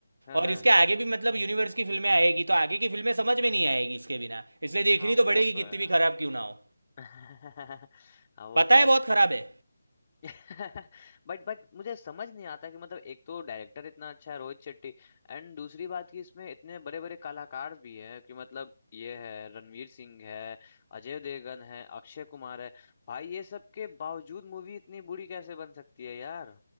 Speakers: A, on the left; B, on the right.
A: हाँ
B: और
A: हाँ
B: इसके आगे भी मतलब यूनिवर्स की फिल्में आएगी तो आगे की फिल्में समझ में नहीं आएगी इसके बिना इसलिए देखनी
A: हाँ,
B: तो
A: वो
B: पड़ेगी
A: तो
B: कितनी
A: है
B: भी खराब क्यों ना हो
A: <laughs> हाँ वो
B: पता
A: तो
B: है
A: है
B: बहुत खराब है
A: <laughs> बट बट मुझे समझ नहीं आता कि मतलब एक तो डायरेक्टर इतना अच्छा है रोहित शेट्टी एंड दूसरी बात कि इसमें इतने बड़े बड़े कलाकार भी हैं कि मतलब ये है रणवीर सिंह है अजय देवगन है अक्षय कुमार है भाई ये सब के बावजूद मूवी इतनी बुरी कैसे बन सकती है यार